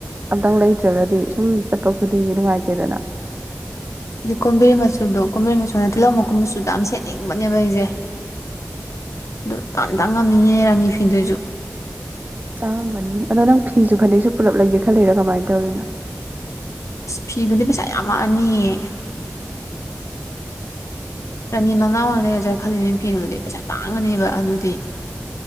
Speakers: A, on the right; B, on the left.
A: ꯑꯝꯇꯪ ꯂꯩꯇ꯭ꯔꯒꯗꯤ ꯁꯨꯝ ꯆꯠꯄ ꯈꯨꯗꯤꯡꯒꯤ ꯅꯨꯡꯉꯥꯏꯇꯦꯗꯅ
B: ꯍꯥꯏꯗꯤ ꯀꯣꯝꯕꯤꯔꯩ ꯃꯆꯨꯗꯣ ꯀꯣꯝꯝꯕꯤꯔꯩ ꯃꯆꯨꯅ ꯇꯤꯜꯍꯧ ꯃꯀꯨꯝ ꯃꯆꯨꯗꯣ ꯌꯥꯝ ꯁꯦꯠꯅꯤꯡꯕꯅꯦꯕ ꯑꯩꯁꯦ ꯑꯗꯨ ꯇꯥꯡꯗꯤ ꯇꯥꯡ ꯉꯝꯅꯤꯅꯦ ꯔꯥꯅꯤ ꯐꯤꯗꯨꯁꯨ
A: ꯇꯥꯡꯉꯝꯒꯅꯤ ꯑꯗꯣ ꯅꯪ ꯐꯤꯁꯨ ꯐꯅꯦꯛꯁꯨ ꯄꯨꯜꯂꯞ ꯂꯩꯒꯦ ꯈꯜꯂꯤꯔꯥ ꯀꯃꯥꯏꯅ ꯇꯧꯔꯤꯅꯣ
B: ꯑꯁ ꯐꯤꯗꯨꯗꯤ ꯄꯩꯁꯥ ꯌꯥꯝꯃꯛꯑꯅꯤꯌꯦ ꯔꯥꯅꯤ ꯃꯅꯥꯎ ꯑꯣꯏꯅ ꯂꯩꯔꯁꯤꯔ ꯈꯜꯂꯤꯅꯦ ꯐꯤꯗꯨꯗꯤ ꯄꯩꯁꯥ ꯇꯥꯡꯉꯅꯦꯕ ꯑꯗꯨꯗꯤ